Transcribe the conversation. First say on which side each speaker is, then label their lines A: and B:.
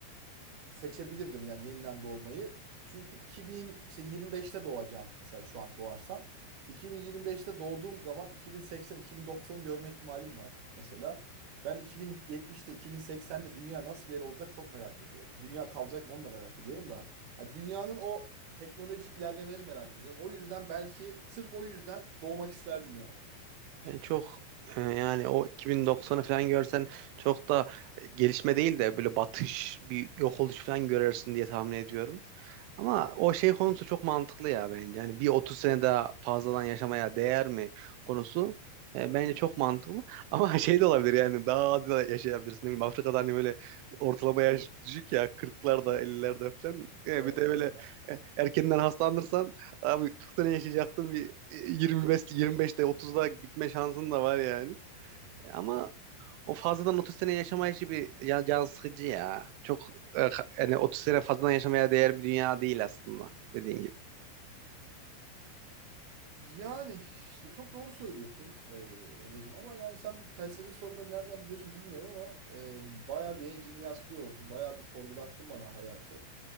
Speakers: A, on the right (about 55°); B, on the right (about 80°).
A: seçebilirdim yani yeniden doğmayı. Çünkü 2000 işte 25'te doğacağım mesela şu an doğarsam. 2025'te doğduğum zaman 2080-2090'ı görme ihtimalim var mesela. Ben 2070'te 2080'de dünya nasıl bir yer olacak çok merak ediyorum. Dünya kalacak mı onu da merak ediyorum da. Yani dünyanın o teknolojik ilerlemeleri merak ediyorum. O yüzden belki sırf o yüzden doğmak isterdim yani.
B: Ben çok e, yani o 2090'ı falan görsen çok da e, gelişme değil de böyle batış, bir yok oluş falan görürsün diye tahmin ediyorum. Ama o şey konusu çok mantıklı ya bence. Yani bir 30 sene daha fazladan yaşamaya değer mi konusu e, bence çok mantıklı. Ama <laughs> şey de olabilir yani daha az da yaşayabilirsin. Ne bileyim Afrika'da hani böyle ortalama yaş
A: Tabii.
B: düşük ya kırklarda 50'lerde falan. E,
A: Evet
B: bir de böyle
A: bak
B: e, erkenden hastalanırsan abi 40 sene yaşayacaktın bir e, yirmi beş yirmi beşte otuzda gitme şansın da var yani. E, Ama o fazladan 30 sene yaşama işi bir ya- can sıkıcı ya. Çok e, ka- yani 30 sene fazladan yaşamaya değer bir dünya değil aslında dediğin gibi.
A: Yani işte çok doğru söylüyorsun e, Emreciğim ama yani sen bu felsefik soruları nereden buluyorsun bilmiyorum ama e, bayağı beyin jimnastiği oldu. Bayağı bir sorgulattın bana hayatı.